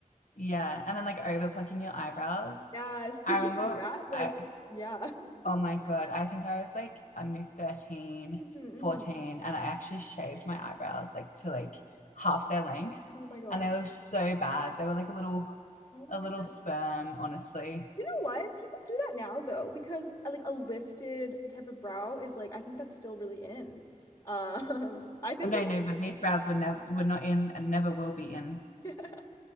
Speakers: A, on the left (about 65°); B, on the left (about 25°).
A: Yeah, and then like over plucking your eyebrows.
B: Yes. Did
A: I remember
B: you do that? Like,
A: I
B: yeah. <laughs>
A: Oh my God. I think I was like, I don't know, 13,
B: Mhm,
A: fourteen,
B: mhm.
A: and I actually shaved my eyebrows like to like half their length.
B: Oh my God.
A: And they looked so bad. They were like a little
B: Oh my
A: a
B: goodness.
A: little sperm, honestly.
B: You know what? People do that now though, because uh, like a lifted type of brow is like I think that's still really in. Um, <laughs> I think
A: Oh, no, no, but these brows were never were not in and never will be in.
B: like <laughs>